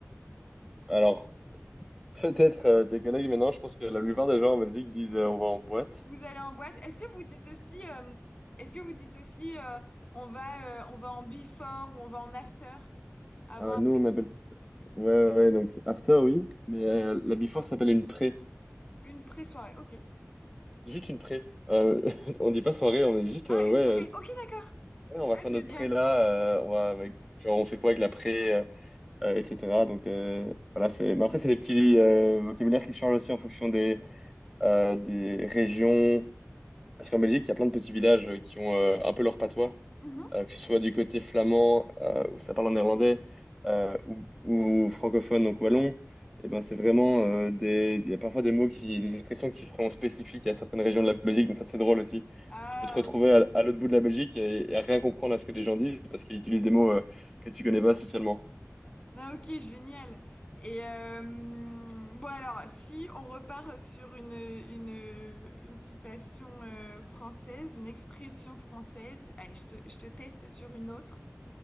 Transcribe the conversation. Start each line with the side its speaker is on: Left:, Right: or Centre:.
Centre: Alors, <laughs> peut-être euh, tes collègues, mais non, je pense que la plupart des gens en Belgique disent, euh, on va en boîte.
Left: Vous allez en boîte. Est-ce que vous dites aussi, euh, est-ce que vous dites aussi, euh, on va, euh, on va en before ou on va en after? Avant,
Centre: Ah ouais,
Left: après,
Centre: nous, on appelle ça. Ouais, ouais, ouais, donc after, oui. Mais euh, la before s'appelle une pré.
Left: une pré-soirée. Ok.
Centre: Juste une pré. Euh, <laughs> on dit pas soirée, on est juste,
Left: Ah,
Centre: euh,
Left: une
Centre: ouais,
Left: pré.
Centre: euh,
Left: Ok, d'accord.
Centre: ouais, on va
Left: Ah,
Centre: faire
Left: génial.
Centre: notre pré là. euh, on va avec- genre, on fait quoi avec la pré? euh, euh, etc. Donc euh, voilà, c'est. Mais après, c'est des petits euh, vocabulaires qui changent aussi en fonction des, euh, des régions. Parce qu'en Belgique, il y a plein de petits villages euh, qui ont euh, un peu leur patois,
Left: Mhm.
Centre: euh, que ce soit du côté flamand, euh, où ça parle en néerlandais, euh, ou, ou francophone, donc wallon. Et ben, c'est vraiment euh, des. Il y a parfois des mots qui, des expressions qui sont spécifiques à certaines régions de la Belgique, donc ça, c'est drôle aussi.
Left: Ah
Centre: Tu peux te retrouver
Left: oui.
Centre: à, à l'autre bout de la Belgique et, et à rien comprendre à ce que les gens disent parce qu'ils utilisent des mots euh, que tu connais pas socialement.
Left: Ah, ok, génial. Et euh, bon alors, si on repart sur une, une, une citation euh, française, une expression française, allez, je te, je te teste sur une autre.